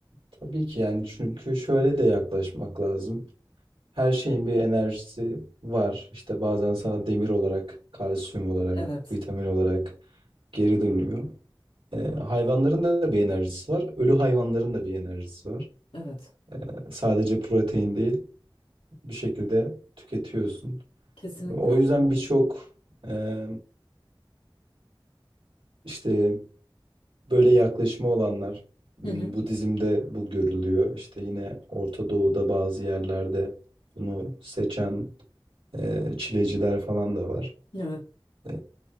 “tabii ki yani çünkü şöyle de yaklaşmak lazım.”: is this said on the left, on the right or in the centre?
Right